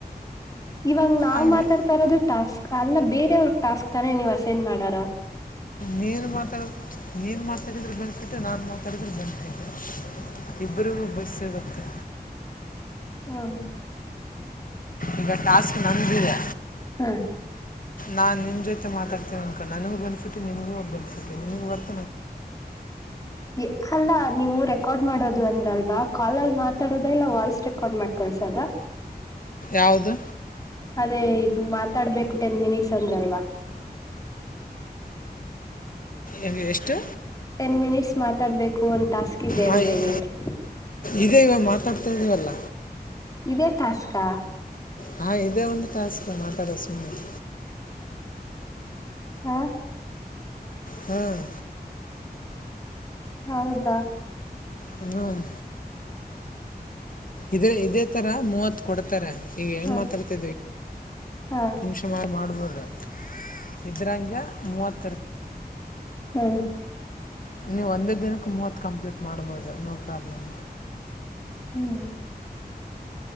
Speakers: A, on the left; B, on the left.
A: ಇವಾಗ ನಾವು
B: ಆಮೇಲೆ
A: ಮಾತಾಡ್ತಾ ಇರೋದು ಟಾಸ್ಕ್ ಅಲ್ಲ ಬೇರೆಯವ್ರಗ್ ಟಾಸ್ಕ್ ತಾನೇ ನೀವು ಅಸೆಂಡ್ ಮಾಡೋದು
B: ನೀನ್ ಮಾತಾಡ ನೀನ್ ಮಾತಾಡಿದ್ರೆ ಬೆನ್ಫಿಟ್ ನಾನನ್ ಮಾತಾಡಿದ್ರೆ ಬೆನ್ಫಿಟ ಇಬ್ಬರಿಗ ಒಬ್ಬಸ್ ಸಿಗತ್ತೆ
A: ಹಾ
B: ಈಗ ಟಾಸ್ಕ್ ನಮ್ದಿದೆ
A: ಹಾ
B: ನಾನ್ ನಿಂಜೊತೆ ಮಾತಾಡ್ತೀವಿ ಅನ್ಕ ನನಗೂ ಬೆನಿಟ್ ನಿನಗೂ ಬೆನಿಫಿಟ್ ಇದೆ ನೋಡ್
A: ಹ ಅಲ್ಲ ನೀವು ರೆಕಾರ್ಡ್ ಮಾಡೋದು ಅಂದ್ರಲ್ವಾ ಕಾಲಲ್ಲಿ ಮಾತಾಡದ ಇಲ್ಲ ವಾಯ್ಸ್ ರೆಕಾರ್ಡ್ ಮಾಡ್ಕೊಳ್ಸದ
B: ಯಾವುದು
A: ಅದೇ ನೀ ಮಾತಾಡ್ಬೇಕು ಟೆನ್ ಮಿನಿಟ್ಸ್ ಅಂದ್ರಲ್ವಾ
B: ಎದು ಎಷ್ಟು
A: ಟೆನ್ ಮಿನಿಟ್ಸ್ ಮಾತಾಡ್ಬೇಕು ಒಂದ ಟಾಸ್ಕ್ ಇದೆ
B: ಹಾಂ
A: ಅಂತ ಹೇಳಬಿಟಿ
B: ಇದೇ ಇವಾಗ ಮಾತಾಡ್ತಾ ಇದೀವಲ್ಲ
A: ಇದೇ ಟಾಸ್ಕಾ
B: ಹಾ ಇದೇ ಒಂದು ಟಾಸ್ಕ್ ಮಾತಾಡೋ ಸುಮ್ಮನೆ
A: ಹಾ
B: ಹ್ಮ್
A: ಹೌದಾ
B: ಹ್ಮ <unintelligible> ಇದೇ ಇದೇ ತರ ಮೂವತ್ ಕೊಡ್ತಾರೆ ಈಗ ಹೆಂಗ್
A: ಹಾ
B: ಮಾತಾಡ್ತಾ ಇದ್ವಿ
A: ಹಾ
B: ನಿಮಿಷ ಮಾಡ್ ಮಾಡು ದ <inaudible> ಇದ್ರಂಗ್ಯ ಮೂವತ್
A: ಹ್ಮ
B: ನೀವು ಒಂದೇ ದಿನಕ್ಕೆ ಮೂವತ್ತು ಕಂಪ್ಲೀಟ್ ಮಾಡ್ಬೋದು ನೋ ಪ್ರಾಬ್ಲಮ್
A: ಹ್ಮ್